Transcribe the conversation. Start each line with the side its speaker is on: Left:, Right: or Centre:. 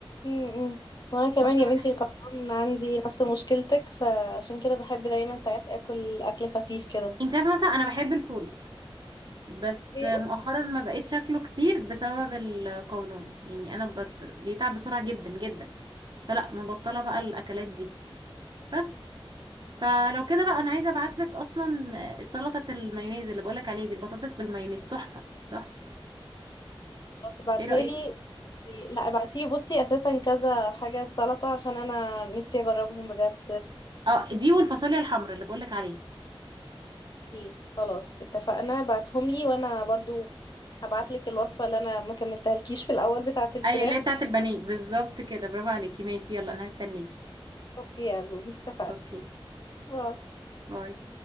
Left: امم وانا كمان
Right: بشرب
Left: يا بنتي
Right: الح-
Left: القولون عندي نفس مشكلتك فعشان كده بحب دايما ساعات اكل اكل خفيف كده
Right: انت عارفه مثلا انا بحب الفول بس
Left: ايه
Right: مؤخرا ما بقيت شكله كتير بسبب القولون يعني انا بت... بيتعب بسرعه جدا جدا فلا مبطله بقى الاكلات دي بس فلو كده بقى انا عايزه ابعت لك اصلا السلطه بتاع المايونيز اللي بقولك عليها دي البطاطس بالمايونيز تحفه تحفه
Left: بس ابعتها
Right: ايه رايك
Left: لي لا ابعتيه بصي اساسا كذا حاجه سلطه عشان انا نفسي اجربهم بجد
Right: اه دي والفاصوليا الحمراء اللي بقولك عليها
Left: ايه خلاص اتفقنا بعتهم لي وانا برضو هبعت لك الوصفه اللي انا ما كملتهالكيش في الاول بتاعه الفراخ
Right: اي اللي هي
Left: دي
Right: بتاعه البانيه بالظبط كده برافو عليكي ماشي يلا انا هستنيكي
Left: اوكي يا قلبي اتفقنا
Right: اوكي
Left: باي.
Right: باي